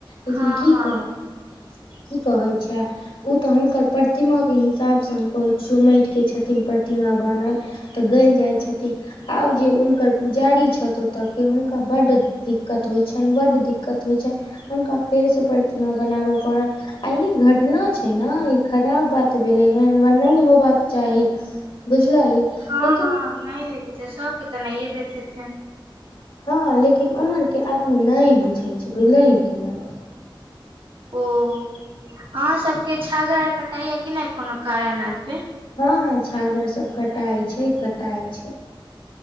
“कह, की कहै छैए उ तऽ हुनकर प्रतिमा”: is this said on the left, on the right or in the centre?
Left